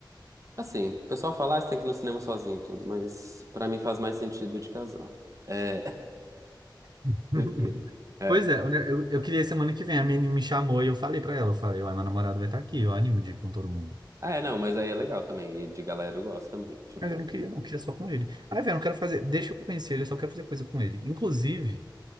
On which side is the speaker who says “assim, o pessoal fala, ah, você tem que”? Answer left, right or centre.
Right